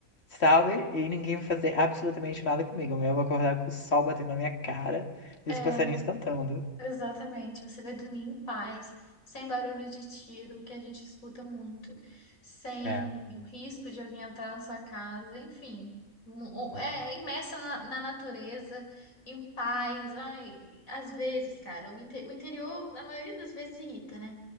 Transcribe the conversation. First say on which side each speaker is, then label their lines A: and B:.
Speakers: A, on the left; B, on the left.
A: sabe? E ninguém vai fazer absolutamente nada comigo. Eu vou acordar com o sol batendo na minha cara e
B: É.
A: os passarinhos cantando.
B: Exatamente, você vai dormir em paz, sem barulho de tiro, que a gente escuta muito, sem
A: É,
B: risco de alguém entrar na sua casa, enfim. Mu-
A: é,
B: É é imersa na, na natureza, em paz. Ai, às vezes, cara, o, inte- o interior, a maioria das vezes, irrita, né?